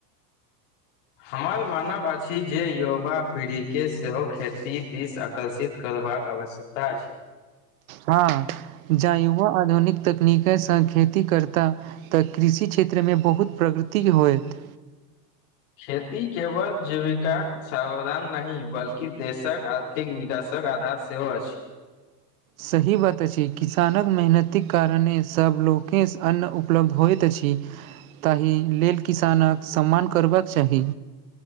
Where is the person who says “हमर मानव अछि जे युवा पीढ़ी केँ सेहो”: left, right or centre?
Left